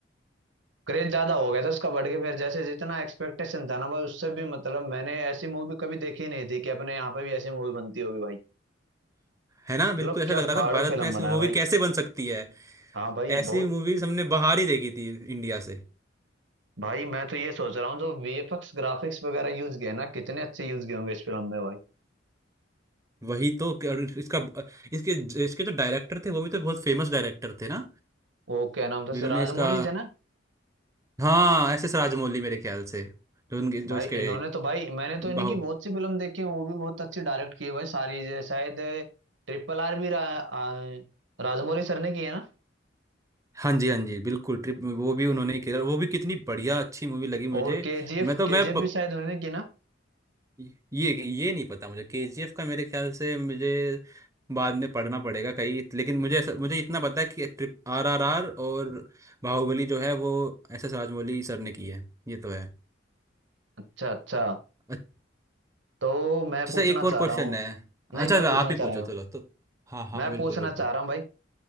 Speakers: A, on the right; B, on the right.
A: क्रेज ज्यादा हो गया था उसका बढ़ के फिर जैसे जितना एक्सपेक्टेशन था ना भाई उससे भी मतलब मैंने ऐसी मूवी कभी देखी नहीं थी कि अपने यहाँ पे भी ऐसी मूवी बनती होगी भाई
B: है ना बिल्कुल
A: मतलब
B: ऐसा
A: क्या
B: लग रहा
A: फाड़ो
B: था भारत
A: फिल्म
B: में ऐसी
A: बनाया
B: मूवी
A: भाई
B: कैसे बन सकती है
A: हाँ भाई
B: ऐसी
A: बहुत
B: मूवीज हमने बाहर ही देखी थी इंडिया से
A: भाई मैं तो ये सोच रहा हूँ जो वीएफएक्स ग्राफिक्स वगैरह यूज किए ना कितने अच्छे यूज किए होंगे इस फिल्म में भाई
B: वही तो और इसका इसके इसके जो डायरेक्टर थे वो भी तो बहुत फेमस डायरेक्टर थे ना
A: वो क्या नाम था
B: जिन्होंने
A: से राजमौली
B: इसका
A: थे ना
B: हाँ एस एस राजमौली मेरे ख्याल से जो उनके
A: भाई
B: जो इसके
A: इन्होंने तो भाई मैंने तो इन्हीं
B: बाहु
A: की बहुत सी फिल्म देखी है वो भी बहुत अच्छी डायरेक्ट की है भाई सारी जो- शायद ट्रिपल आर भी रा, आ, राजमौली सर ने की है ना
B: हाँ जी हाँ जी बिल्कुल ट्रिप वो भी उन्होंने ही किया वो भी कितनी बढ़िया अच्छी मूवी लगी मुझे
A: और केजीएफ
B: मैं तो
A: केजीएफ
B: मैं प,
A: भी शायद उन्होंने की ना
B: ये ये नहीं पता मुझे केजीएफ का मेरे ख्याल से मुझे बाद में पढ़ना पड़ेगा कहीं लेकिन मुझे ऐसा मुझे इतना पता है कि ट्रिप आरआरआर और बाहुबली जो है वो एस एस राजमौली सर ने की है ये तो है
A: अच्छा अच्छा
B: अच्छा
A: तो मैं पूछना
B: सर, एक
A: चाह
B: और क्वेश्चन
A: रहा हूँ
B: है
A: नहीं
B: अच्छा
A: मैं पूछना
B: आप
A: चाह
B: ही
A: रहा
B: पूछो
A: हूँ
B: चलो तो हाँ हाँ
A: मैं
B: हाँ, बिल्कुल
A: पूछना
B: बिल्कुल
A: चाह रहा हूँ भाई